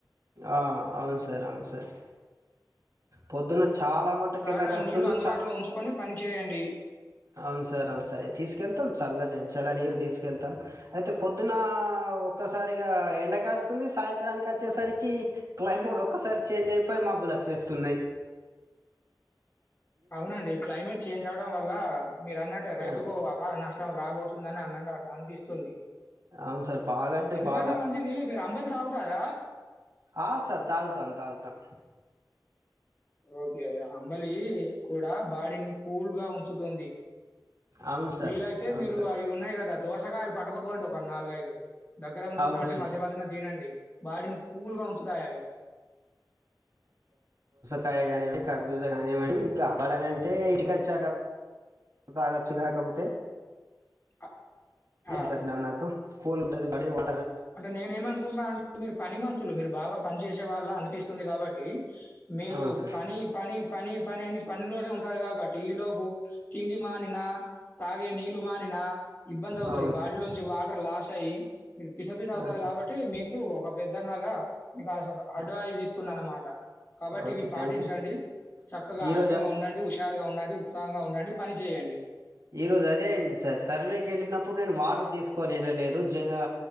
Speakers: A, on the right; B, on the left.
A: ఆ అవును సార్ అవును సార్ పొద్దునా చాలా మటుక్
B: త్రాగడానికి
A: కిందకు వస్తుంది
B: నీళ్లు అందుబాటులో
A: సార్
B: ఉంచుకొని పని చేయండి.
A: అవున్ సార్ అవున్ సార్ తీసుకెళ్తాం చాలా చల్లజ. చాలా నీరు తీసుకెళ్తాం అయితే పొద్దున ఒక్కసారిగా ఎండ కాస్త్ స్తుంది సాయంత్రానికి వచ్చేసరిక్ కి క్లైమ్ ఒక్కసారి చేంజ్ అయిపోయి మబ్బులు అచ్చేస్తున్నాయి.
B: అవునండి క్లైమేట్ చేంజ్ అవడం వల్ల మీరు అన్నట్టే రైతుకు
A: ఆ,
B: అపార నష్ట్. ట రాబోత్ తుంది అని అన్నండి అనిపిస్తుంది
A: అవును సార్ బాగా అంటే
B: ఎందుకైనా
A: బాగా
B: మంచిది మీరు అంబలి తాగుతారా
A: ఆ సార్ తాగుతాం తాగుతాం
B: ఓకే అంబలి కూడా బాడీని కూల్గా ఉన్. చుతుంది
A: అవును సార్
B: వీలైతే
A: అవును
B: మీరు
A: సార్
B: అవి ఉన్నాయి కదా దోసకాయలు పట్ పట్టుకుపోండి ఒక నాలుగైదు దగ్గర ఉంచుకోండి
A: అవును సార్
B: మధ్య మధ్యన తినండి బాడిను స్కూల్ కౌంచతాయావి
A: కాయ కానివని కర్బూజ కానివని కావాలనింటే ఇటుక తాక తాగచ్చు కాకపోతే
B: అ
A: ఇది
B: ఆ!
A: సార్ నన్న అటు కూల్ ఉంటుంది బడీ వా
B: అంటే నేను ఏమనుకుంటన్నా అంటే మీరు పని మ మీరు బాగా పని చేేసే వాళ్ళ అనిపిస్తుంది కాబట్టి మీరు
A: అవును సార్
B: పని పని పని పని అని పనిలోనే ఉంటారు కాబట్టి ఈ లోపు తిండి మానిన. తాగే నీళ్లు మానినా ఇబ్బంది అవుతుంది
A: అవును
B: బాడీలోంచి
A: సార్
B: వాటర్ లాస్ అయ్యి మీరు. విసఫీస్ అవుతారు
A: అవును
B: కాబట్టి మీ మీకు ఒక పెద్దన్నగా మీకు అస
A: సార్
B: అడ్వైస్ ఇస్తున్నా అన్నమాట కాబట్టి
A: ఓకే
B: ఇవి పాటించండి
A: థ్యాంక్ యూ సార్
B: చక్కగా
A: ఈ
B: ఆరోగ్యంగా
A: రోజు
B: ఉండండి హుషారు. గా ఉండండి ఉత్సాహంగా ఉండండి పని చేయండి
A: ఇరోజ అదే అయింది సార్ సర్వ కి వెళ్లినాపుడు నేను వాటర్ తా తీసుకొని వెళ్ళా లేదు నిజంగా